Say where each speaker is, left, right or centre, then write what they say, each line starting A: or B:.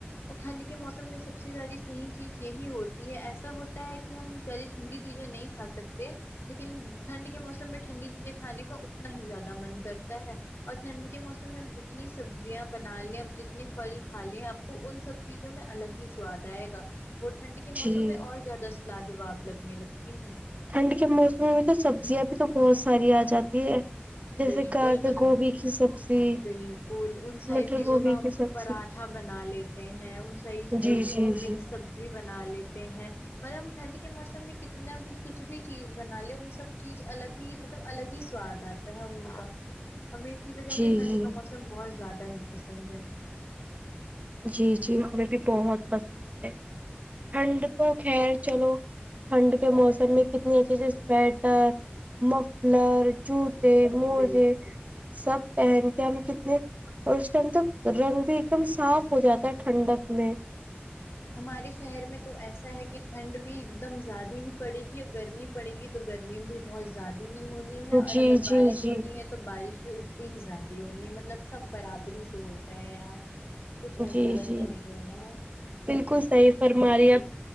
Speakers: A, on the left (about 85°); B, on the right (about 40°).
A: اور ٹھنڈ کے موسم میں سب سے زیادہ صحیح چیز یہی ہوتی ہے ایسا ہوتا ہے کہ کہ ہم زیادہ ٹھنڈی چیزیں نہیں کھا سکتے لیکن ٹھنڈ کے موسم میں ٹھنڈی چیزیں کھانے کا اتنا ہی زیادہ من کرتا ہے اور ٹھنڈ کے موسم میں ہم جتنی سبزیاں بنا لیں اب جتنی پھل کھا لیں آپ کو ان سب چیزوں میں الگ ہی سواد آئے گا وہ ٹھنڈ کے موسم
B: جی
A: میں اور زیادہ لاجاب لگنے لگتی ہیں
B: ٹھنڈ کے موسم میں تو سبزیاں بھی تو بہت ساری آ جاتی ہے جیسے
A: بالکل
B: گجر
A: مطلب
B: گوبھی کی سبزی
A: بالکل ان ساری
B: مٹر
A: چیزوں
B: گوبھی
A: کا ہم
B: کی سبزی
A: پراٹھا بنا لیتے ہیں ان ساری چیزوں
B: جی
A: کی
B: جی
A: وہ مکس
B: جی جی
A: سبزی بنا لیتے ہیں مطب ہم ٹھنڈ کے موسم میں کتنا بھی کچھ بھی چیز بنا لے ان سب چیز الگ ہی تو الگ ہی سواد آتا ان کا ہمیں اسی وجہ
B: جی
A: سے ٹھنڈ کا موسم بہت زیادہ ہی پسند ہے
B: جی جی ہمیں بھی بہت پسند ہے ٹھنڈ تو خیر چلو ٹھنڈ کے موسم میں کتنی اچھے اچے سویٹر مفلر جو ت موجے
A: بالکل
B: سب پہن کے ہم کتنے اور اس ٹائم تو رنگ بھی ایک دم صاف ہو جاتا ہے ٹھنڈک میں
A: ہمارے شہر میں تو ایسا ہے کہ ٹھنڈ بھی ایک دم زیادہ ہی پڑے گی اور گرمی پڑے گی تو گرمی بھی بہت زیادہ ہی ہونی ہے اور
B: جی
A: اگر بارش
B: جی جی
A: ہونی ہے تو بارش بھی اتتی ہی زیادہ ہونی مطلب سب برابری سے ہوتا ہے یہاں کچھ ایسا
B: جی
A: ویسا
B: جی
A: نہیں ہونا ہے
B: بالکل صحیح فرم رہ اب